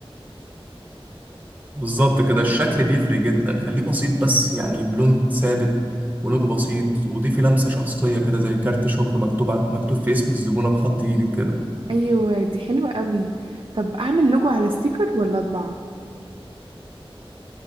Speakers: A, on the right; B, on the right.
A: بالظبط كده الشكل بيفرق جدا خليه بسيط بس يعني بلون ثابت ولوجو بسيط وضيفي لمسة شخصية كده زي كارت شكر مكتوب ع- مكتوب في اسم الزبونة بخط ايدك كده
B: ايوه دي حلوه قوي طب اعمل لوجو على ستيكر ولا اطبع